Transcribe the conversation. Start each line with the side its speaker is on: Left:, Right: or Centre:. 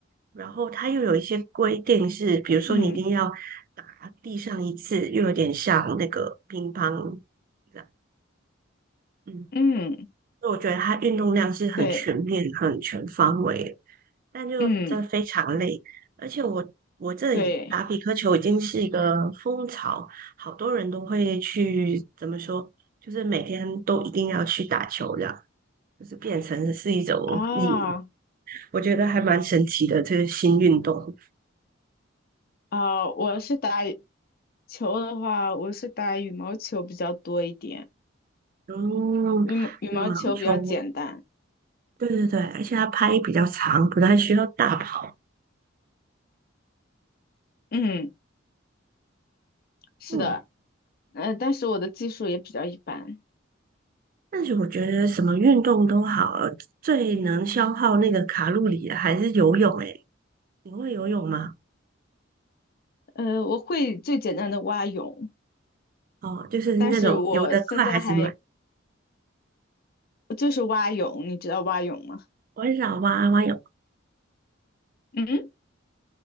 Right: 然后它又有一些规定是，比如说你一定要打地上一次，
Left: 嗯
Right: 又有点像那个乒乓这样，嗯，
Left: 嗯，
Right: 所以我觉得它运动量是很全面、
Left: 对，
Right: 很全方位的。但就真的非常累，
Left: 嗯
Right: 而且我我这里打匹克球已经是一个风潮，
Left: 对
Right: 好多人都会去，怎么说，就是每天都一定要去打球这样，就是变成是一种瘾，
Left: 啊
Right: 我觉得还蛮神奇的，这个新运动。
Left: 啊，我是打羽球的话，我是打羽毛球比较多一点，
Right: 嗯，
Left: 羽毛羽毛球比较简单，
Right: 羽毛球，对对对，而且它拍比较长，不太需要大跑。
Left: 嗯，是的，
Right: 嗯，
Left: 呃，但是我的技术也比较一般，
Right: 但是我觉得什么运动都好，最能消耗那个卡路里的还是游泳。诶，你会游泳吗？
Left: 呃，我会最简单的蛙泳，
Right: 哦，就是那种游得快还是慢？
Left: 但是我现在还就是蛙泳，你知道蛙泳吗？
Right: 我很少蛙蛙泳，
Left: 嗯